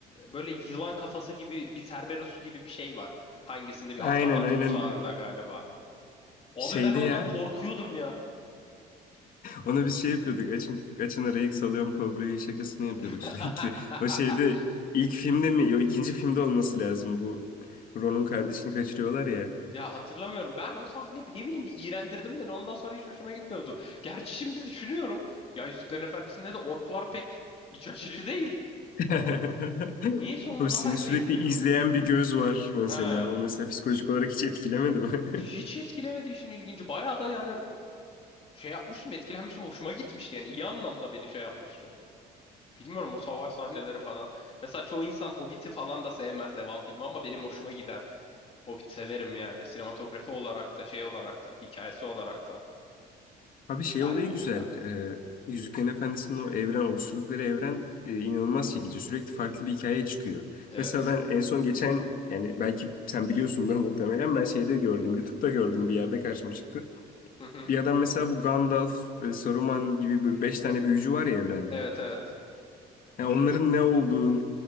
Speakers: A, on the left (about 35°); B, on the left (about 55°).
A: Böyle yılan kafası gibi bir Cerberus gibi bir şey var. Hangisinde bir
B: Aynen
A: Azkaban tutsağında
B: aynen
A: galiba. Abi
B: şeyde
A: ben ondan
B: ya
A: korkuyordum ya.
B: ona biz şey yapıyorduk açın açın arayı salıyorum kobrayı şakasını yapıyorduk
A: <laughs>
B: sürekli. O şeyde ilk filmde mi yok ikinci filmde olması lazım bu Ron'un kardeşini kaçırıyorlar ya.
A: Ya hatırlamıyorum. Ben o sahne ne bileyim bir iğrendirdim beni. Ondan sonra hiç hoşuma gitmiyordu. Gerçi şimdi düşünüyorum. Ya Yüzüklerin Efendisi'nde de orklar pek iç açıcı değil.
B: <laughs>
A: Ama niyeyse onu
B: O seni
A: daha şey
B: sürekli
A: seviyordum
B: izleyen
A: ya.
B: bir göz var mesela
A: Ha.
B: o mesela psikolojik olarak hiç etkilemedi mi? <laughs>
A: Hiç etkilemedi işin ilginci. Bayağı da yani şey yapmıştım, etkilenmiştim. Hoşuma gitmişti yani. iyi anlamda beni şey yapmıştı. Bilmiyorum o savaş sahneleri falan. Mesela çoğu insan Hobbit'i falan da sevmez devam filmi ama benim hoşuma gider. Hobbit severim yani. Sinematografi olarak da, şey olarak da, hikayesi olarak da.
B: Abi şey
A: Güzel
B: olayı
A: gelir
B: güzel.
A: ya.
B: Ee, Yüzüklerin Efendisi'nin o evren oluşturdukları evren e, inanılmaz çekici. Sürekli farklı bir hikaye çıkıyor.
A: Evet.
B: Mesela ben en son geçen yani belki sen biliyorsundur muhtemelen ben şeyde gördüm. YouTube'da gördüm bir yerde karşıma çıktı.
A: Hı hı.
B: Bir adam mesela bu Gandalf, e, Saruman gibi böyle beş tane büyücü var ya evrende.
A: Evet evet.
B: Yani onların ne olduğunu,